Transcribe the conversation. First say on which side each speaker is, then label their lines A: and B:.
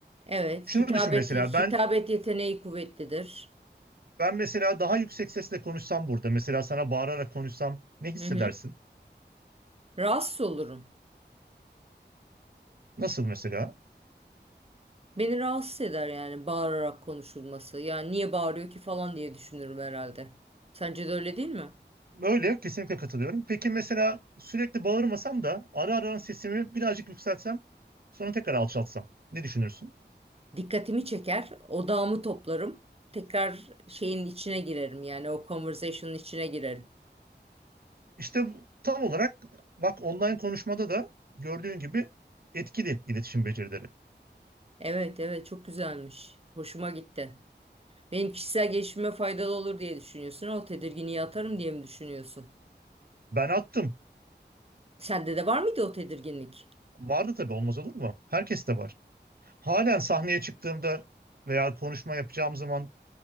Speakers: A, on the right; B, on the right.
A: Evet,
B: Şunu
A: hitabet
B: düşün mesela
A: hitabet
B: ben
A: yeteneği kuvvetlidir.
B: ben mesela daha yüksek sesle konuşsam burada mesela sana bağırarak konuşsam ne hissedersin?
A: Hı hı. Rahatsız olurum.
B: Nasıl mesela?
A: Beni rahatsız eder yani bağırarak konuşulması. Yani niye bağırıyor ki falan diye düşünürüm herhalde. Sence de öyle değil mi?
B: Öyle kesinlikle katılıyorum. Peki mesela sürekli bağırmasam da ara ara sesimi birazcık yükseltsem sonra tekrar alçaltsam ne düşünürsün?
A: dikkatimi çeker, odağımı toplarım. Tekrar şeyin içine girerim yani o conversation'ın içine girerim.
B: İşte bu- tam olarak bak online konuşmada da gördüğün gibi etkili iletişim becerileri.
A: Evet evet çok güzelmiş. Hoşuma gitti. Benim kişisel gelişime faydalı olur diye düşünüyorsun. O tedirginliği atarım diye mi düşünüyorsun?
B: Ben attım.
A: Sende de var mıydı o tedirginlik?
B: Vardı tabii olmaz olur mu? Herkes de var. Halen sahneye çıktığımda veya konuşma yapacağım zaman